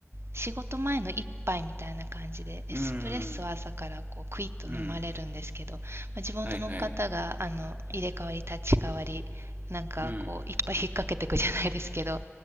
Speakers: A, on the right; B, on the right.
A: 仕事前の一杯みたいな感じでエスプレッソを朝からこうクイッと飲まれるんですけど、
B: うん。うん。
A: まあ、自分との方があの入れ替わり立ち替わりなんかこういっぱい引っ掛けていくじゃないですけど
B: はいはい。うん。